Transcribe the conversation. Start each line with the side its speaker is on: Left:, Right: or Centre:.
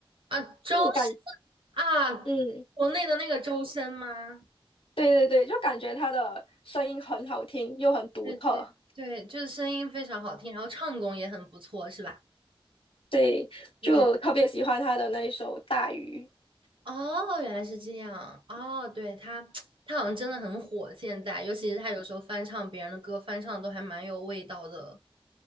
Right: 啊，周深
Left: 就感，
Right: 啊，
Left: 嗯，
Right: 国内的那个周深吗？
Left: 对对对，就感觉他的声音很好听，又很独特，
Right: 对对对，就是声音非常好听，然后唱功也很不错，是吧？
Left: 对，
Right: 对，
Left: 就特别喜欢他的那一首《大鱼》
Right: 哦，原来是这样，哦，对，他，<tsk> 他好像真的很火，现在，尤其是他有时候翻唱别人的歌，翻唱得都还蛮有味道的。